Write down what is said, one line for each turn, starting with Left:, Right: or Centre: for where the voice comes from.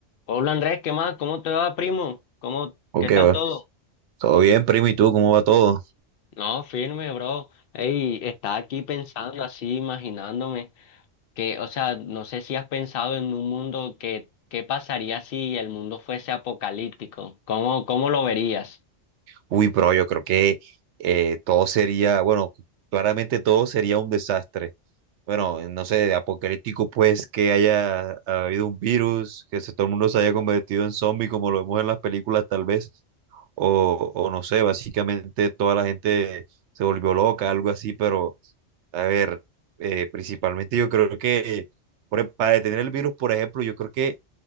Left: Hola Andrés, ¿qué más? ¿Cómo te va, primo? ¿Cómo,
Right: Ok,
Left: qué tal
Right: va.
Left: todo?
Right: Todo bien, primo, ¿y tú? ¿Cómo va todo?
Left: No, firme, bro. Ey, estaba aquí pensando así, imaginándome que, o sea, no sé si has pensado en un mundo que, ¿qué pasaría si el mundo fuese apocalíptico? ¿Cómo, cómo lo verías?
Right: Uy, bro, yo creo que eh, todo sería, bueno, claramente todo sería un desastre. Bueno, eh, no sé, apocalíptico pues que haya habido un virus, que se- todo el mundo se haya convertido en zombie como lo vemos en las películas tal vez, o, o no sé, básicamente toda la gente se volvió loca, algo así, pero a ver, eh, principalmente yo creo que por e- para detener el virus, por ejemplo, yo creo que